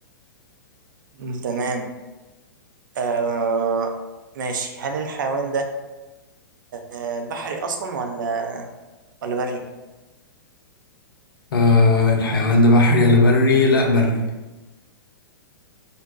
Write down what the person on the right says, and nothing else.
مم. تمام آه ماشي هل الحيوان ده آه بحري أصلا ولا ولا بري؟